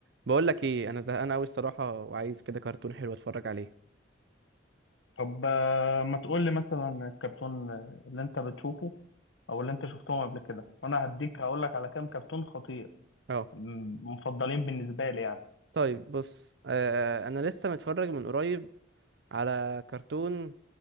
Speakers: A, on the right; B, on the left.
A: بقول لك ايه انا زهقان قوي الصراحه وعايز كده كرتون حلو اتفرج عليه
B: طب آه، ما تقول لي مثلا الكرتون اللي انت بتشوفه او اللي انت شفتهم قبل كده وانا هديك هقول لك على كام كرتون خطير
A: اه
B: م- مفضلين بالنسبه لي يعني
A: طيب بص آه انا لسه متفرج من قريب على كرتون